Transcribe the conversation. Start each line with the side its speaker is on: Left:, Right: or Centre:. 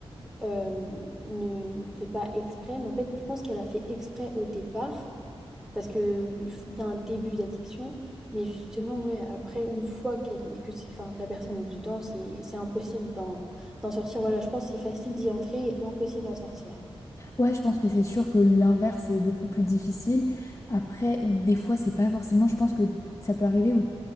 Centre: euh, ne fait pas exprès, mais en fait, je pense qu'elle a fait exprès au départ, parce que il faut bien un début d'addiction, mais justement, ouais, après, une fois qu'elle est, que, c'est- enfin, que la personne est dedans, c'est c'est impossible d'en d'en sortir. Voilà, je pense que c'est facile d'y entrer et impossible d'en sortir.
Left: Ouais, je pense que c'est sûr que l'inverse est beaucoup plus difficile. Après, des fois, c'est pas forcément. Je pense que ça peut arriver où